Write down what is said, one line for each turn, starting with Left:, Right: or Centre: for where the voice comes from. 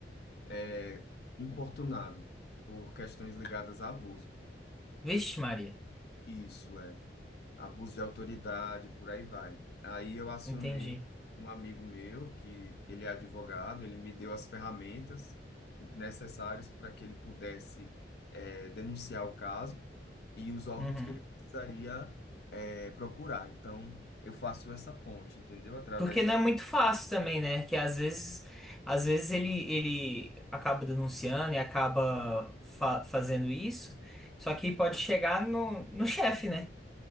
Left: eh, importunado por questões ligadas a abuso.
Centre: Vixe, Maria.
Left: Isso, é abuso de autoridade, por aí vai. Aí eu acionei
Centre: Entendi.
Left: um amigo meu, que ele é advogado, ele me deu as ferramentas necessárias para que ele pudesse eh, denunciar o caso e os órgãos
Centre: Uhum.
Left: que ele precisaria eh, procurar. Então, eu faço essa ponte, entendeu? Através
Centre: Porque não
Left: de...
Centre: é muito fácil também, né? Que às vezes, às vezes ele, ele acaba denunciando e acaba fa- fazendo isso. Só que pode chegar no, no chefe, né?